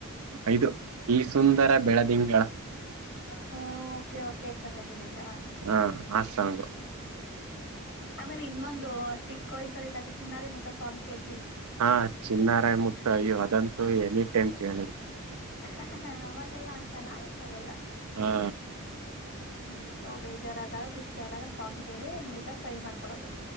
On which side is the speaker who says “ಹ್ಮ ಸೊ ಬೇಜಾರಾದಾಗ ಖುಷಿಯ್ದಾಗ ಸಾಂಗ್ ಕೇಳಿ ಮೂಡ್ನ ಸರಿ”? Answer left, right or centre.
Left